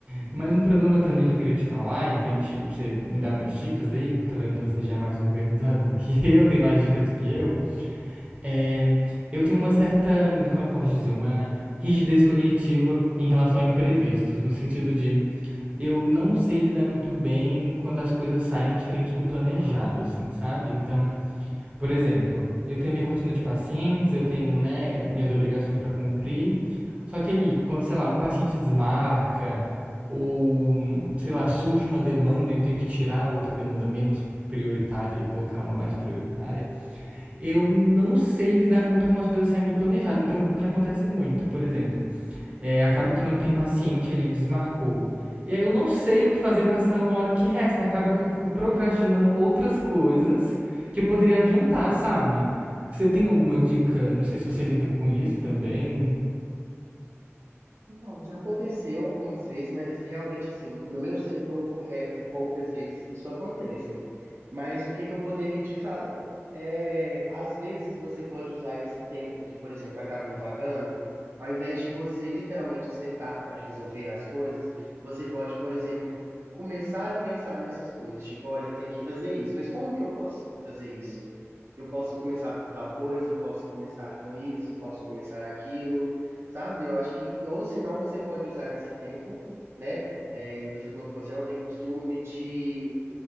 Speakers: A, on the right; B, on the right.
A: Mas um problema também que eu queria te falar, e pra gente, pra você me dar umas dicas aí, que eu tô vendo que você já é mais organizado do que <laughs> eu, tem mais dicas do que eu. É, eu tenho uma certa, como eu posso dizer, uma rigidez cognitiva em relação a imprevistos, no sentido de eu não sei lidar muito bem quando as coisas saem diferente do planejado, assim, sabe? Então, por exemplo, eu tenho minha rotina de pacientes, eu tenho, né, minhas obrigações para cumprir, só que ali, quando, sei lá, um paciente desmarca, ou, sei lá, surge uma demanda e eu tenho que tirar outra demanda menos prioritária e colocar uma mais prioritária eu não sei lidar muito com as coisas saindo do planejado. Então, o que acontece muito, por exemplo, é, acaba que não tem paciente, ele desmarcou. E aí eu não sei o que fazer com essa uma hora que resta. acaba que eu fico procrastinando outras coisas que eu poderia adiantar, sabe? Você tem alguma dica? Não sei se você lida com isso também.
B: Então, já aconteceu algumas vezes, mas realmente, assim, no meu setor é, é poucas vezes que isso acontece. Mas o que que eu poderia te falar? É, às vezes você pode usar esse tempo que, por exemplo, acabou vagando, ao invés de você literalmente sentar para resolver as coisas, você pode, por exemplo, começar a pensar nessas coisas. Tipo, olha, eu tenho que fazer isso, mas como que eu posso fazer isso? Eu posso começar por tal coisa, posso começar com isso, posso começar aquilo sabe? Eu acho que, ou se não, você pode usar esse tempo, né? É, e você falou que você não tem costume de,